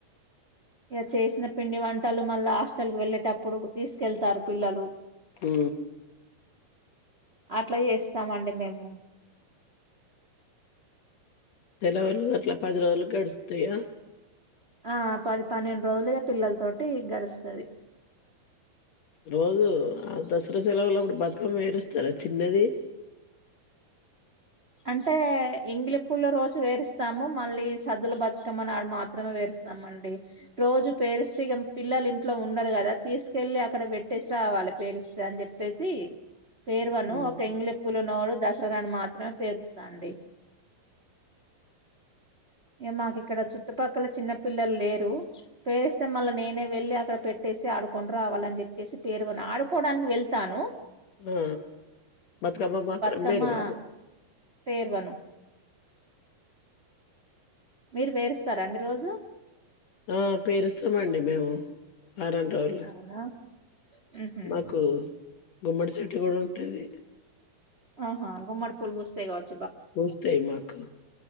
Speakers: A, on the right (about 60°); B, on the left (about 65°).
A: ఇగ చేసిన పండి వం ట్టలు మళ్ళా హస్టల్కు వెళ్ళలేటప్పుడు తీసుకెళ్తారు పిల్లలు
B: ఊ
A: అట్ల చేస్తామండి మేము
B: సెలవులు అట్లా పది రోజులు గడుస్తయా
A: ఆ పది పన్నెండు రోజులుగా పిల్లల తోటి గడుస్తది
B: రోజు ఆ దసరా సెలవులప్పుడు బతుకమ్మ వేరుస్ తర చిన్నది
A: అంటే ఎంగిలి పూల రోజు వేరుస్తాము మళ్ళీ సద్దులు బతుకమ్మనాడు మాత్రమే పేరుస్తామండి రోజు పేరుస్తే ఇక పిల్లలు ఇంట్లో ఉండరు కదా తీసుకెళ్ళి అక్కడ పెట్టేసి రావల్ల పేరుస్తే అని చెప్పేసి పేర్వను
B: ఉమ్,
A: ఒక ఎంగిలి పూలనోడు దాసరానాడు మాత్రమే పేరుస్తాండి, ఇగ మాకు ఇక్కడ చుట్టుపక్కల చిన్న పిల్లలు లేరు పేరుస్తే మళ్ళ నేనే వెళ్ళి అక్కడ పెట్టేసి ఆడుకొని రావాలని చెప్పేసి పేర్వను ఆడుకోడానికి వెళ్తాను.
B: ఊ బత్కమ్మ మాత్రం
A: కమా
B: పేరువారు
A: పేర్వను మీరు వేరుస్తరా అండి రోజు
B: ఆ పేరుస్తామండి మేము ఆరం రోలు
A: అవునా! హుహు.
B: మాకు గుమ్మడి చెట్టు కూడా ఉంటది
A: ఆహా గుమ్మడి పూలు బూస్తయ్ గవచ్
B: పూస్తాయి మాకు